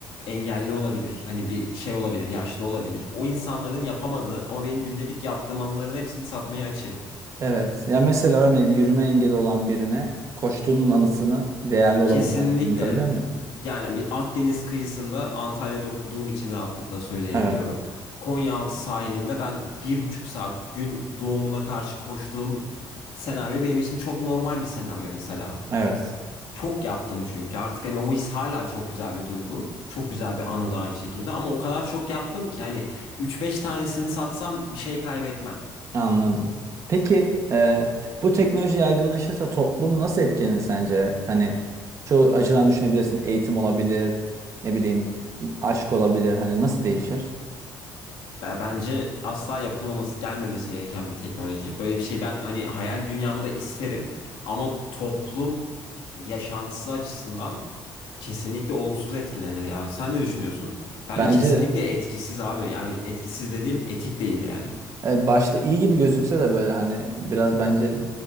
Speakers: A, on the left; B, on the right.
A: engelli olabilir. Hani bir şey olabilir, yaşlı olabilir. O insanların yapamadığı ama benim gündelik yaptığım anıların hepsini satmaya açığım.
B: Evet. Ya mesela örneğin yürüme engeli olan birine koştuğunun anısını değerli olabilir.
A: Kesinlikle
B: Hani anlatabiliyor muyum?
A: yani bir Akdeniz kıyısında Antalya'da okuduğum için rahatlıkla söyleyebiliyorum.
B: Evet.
A: Konyaaltı sahilinde ben bir buçuk saat gün doğumuna karşı koştuğum senaryo benim için çok normal bir senaryo mesela.
B: Evet.
A: Çok yaptım çünkü artık hani o his hala çok güzel bir duygu. Çok güzel bir anı da aynı şekilde ama o kadar çok yaptım ki hani üç beş tanesini satsam bir şey kaybetmem.
B: Anladım. Peki e, bu teknoloji yaygınlaşırsa toplum nasıl etkilenir sence? Hani çoğu açıdan düşünebilirsin. Eğitim olabilir. Ne bileyim aşk olabilir. Hani nasıl değişir?
A: Be- Bence asla yapılmaması, gelmemesi gereken bir teknoloji. Böyle bir şey ben hani hayal dünyamda isterim ama toplum yaşantısı açısından kesinlikle olumsuz etkilenir ya. Sen ne düşünüyorsun? Bence
B: Bence
A: kesinlikle etkisiz abi. Yani etkisiz dediğim etik değil yani.
B: Evet, başta iyi gibi gözükse de böyle hani biraz bence